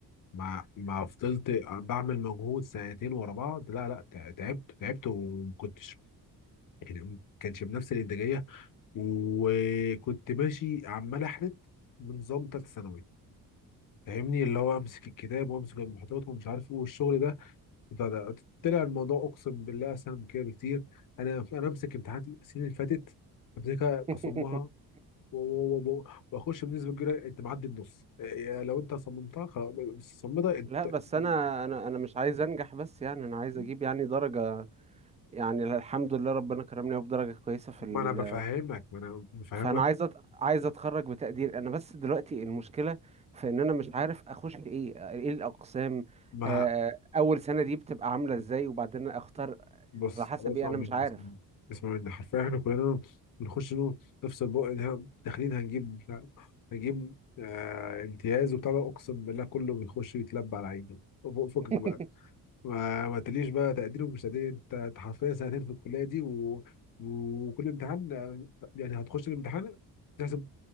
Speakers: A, on the left (about 55°); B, on the right (about 20°).
A: ما ما فضلت بعمل مجهود سنتين ورا بعض لا لا تع- تعبت تعبت وما كنتش يعني ما كانش بنفس الانتاجيه وكنت ماشي عمال احرت بنظام ثالثه ثانوي فاهمني اللي هو امسك الكتاب وامسك المحتوى ومش عارف ايه والشغل ده ده ده طلع الموضوع اقسم بالله اسهل من كده بكتير انا انا امسك امتحانات السنين اللي فاتت امسكها
B: <laughs>
A: اصمها و- و- و- و- واخش بنسبه كبيره انت معدي النص إيه، لو انت صممتها خلاص بس صممتها انت
B: لا بس
A: معدي
B: انا انا انا مش عايز انجح بس يعني انا عايز
A: النص.
B: اجيب يعني درجة يعني الحمد لله ربنا كرمني أهو بدرجة كويسة في ال
A: ما انا بفهمك ما انا بفهمك
B: فانا عايز أت... عايز اتخرج بتقدير انا بس دلوقتي المشكلة في ان انا مش عارف اخش ايه ايه الاقسام
A: ما
B: آه، اول سنة دي بتبقى عاملة ازاي وبعدين اختار
A: بص
B: على حسب
A: اسمع
B: ايه انا
A: مني
B: مش عارف
A: اسمع مني اسمع مني حرفيا احنا كلنا بنخش له نفس البق اللي إحنا داخلين هنجيب بتاع- هنجيب آه امتياز وبتاع ده، اقسم بالله كله بيخش يتلبى على عينه فكك
B: <laughs>
A: بقى ما ما تقوليش بقى تقدير ومش تقدير انت أنت حرفيا سنتين في الكليه دي و... وكل امتحان آه، يعني هتخش الامتحان تحسب